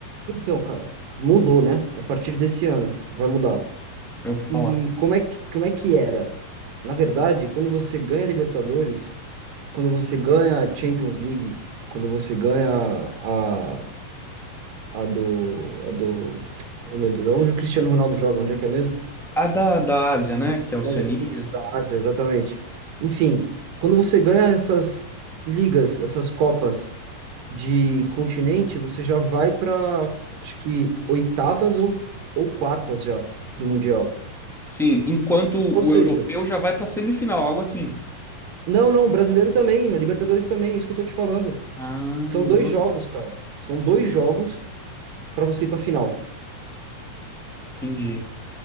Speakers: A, on the right; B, in the centre.
A: Então, cara, mudou, né? A partir desse ano vai mudar.
B: Eu ouvi falar.
A: E como é que, como é que era? Na verdade, quando você ganha Libertadores, quando você ganha a Champions League, quando você ganha a, a do, a do, oh meu Deus, onde o Cristiano Ronaldo joga, onde é que é mesmo?
B: A da, da Ásia, né? Que é a Oceania.
A: Mas, isso, da Ásia, exatamente. Enfim, quando você ganha essas ligas, essas copas de continente, você já vai para, acho que oitavas ou, ou quartas já no Mundial.
B: Sim, enquanto
A: Ou
B: o
A: seja,
B: europeu já vai pra semifinal, algo assim.
A: Não, não, o brasileiro também, a Libertadores também, é isso que eu tô te falando.
B: Ah,
A: São
B: mudou.
A: dois jogos, cara. São dois jogos pra você ir pra final.
B: Entendi.